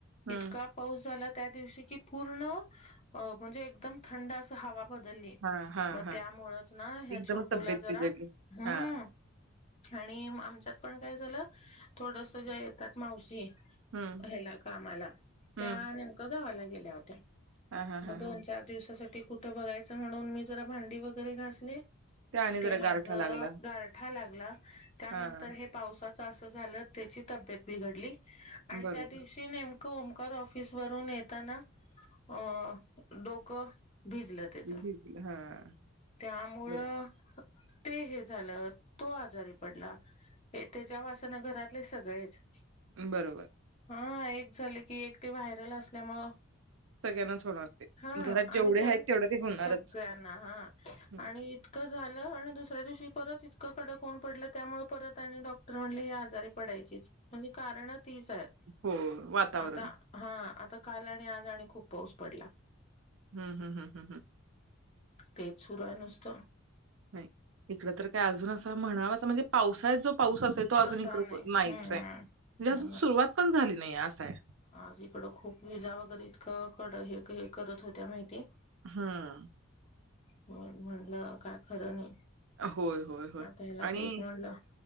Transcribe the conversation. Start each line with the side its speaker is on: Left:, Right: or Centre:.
Right: हं.
Left: इतका पाऊस झाला त्या दिवशी की पूर्ण अ म्हणजे एकदम थंड अस हवा बदलली
Right: हां, हां,
Left: मग
Right: हां.
Left: त्यामुळेच ना ह्या
Right: एकदमच
Left: छोटूला
Right: तब्येत
Left: जरा
Right: बिघडली.
Left: हं
Right: हां.
Left: आणि आमच्यात पण काय झालं थोडस ज्या येतात मावशी
Right: हं,
Left: ह्याला कामाला
Right: हं.
Left: त्या नेमकं गावाला गेल्या होत्या.
Right: हां, हां, हां,
Left: मग दोन
Right: हां.
Left: चार दिवसासाठी कुठं बघायचं म्हणून मी जरा भांडी वगैरे घासली.
Right: आणि
Left: ते
Right: जरा
Left: माझ
Right: गारठा लागला.
Left: गारठा लाग ला त्यानंतर
Right: हां,
Left: हे पावसाचं असं झालं त्याची तब्येत बिघडली. आणि
Right: बरोबर.
Left: त्या दिवशी नेम ओमकार र्ऑफिस वरून येताना अ डोकं भिजलं त्याच.
Right: भिजलं हां,
Left: त्यामुळं
Right: बरोबर.
Left: ते हे झालं तो आजारी पडला हे त्याच्या वासना घरातले सगळेच
Right: बरोबर.
Left: हा एक झाले की एक ते व्हायरल असल्यामुळं
Right: सगळ्यांनाच होणार ते.
Left: हा
Right: घरात जेवढे
Left: आणि त्या
Right: आहेत तेवढं ते होणारच.
Left: सगळ्यांना हा
Right: हं,
Left: आणि इतकं झालं आणि दुसऱ्या दिवशी परत इतकं कडक होऊन पडलं त्यामुळे परत आणि डॉक्टर म्हणले ह आजारी पडायचीच म्हणजे कारण तीच आहेत
Right: हो वातावरण.
Left: आता हा आता काल आणि आज आणि खूप पाऊस पडला.
Right: हम्म हम्म हम्म हम्म हम्म
Left: तेच सुरू आहे नुसतं.
Right: नाही इकडं तर काय अजून असं म्हणावा असं म्हणजे पावसाळ्यात जो पाऊस असे तो अजून
Left: तसा
Right: इकडं
Left: नाही
Right: नाहीचय.
Left: हम्म
Right: म्हणजे अजून
Left: नाही
Right: सुरुवात पण झाली नाही. असं आहे.
Left: आज इकडं खूप विजा वगैरे इतकं कड हे हे करत होत्या माहितीय
Right: हम्म
Left: म म्हटलं काय खरं नाही.
Right: होय होय होय
Left: आता ह्याला
Right: आणि
Left: तेच म्हणलं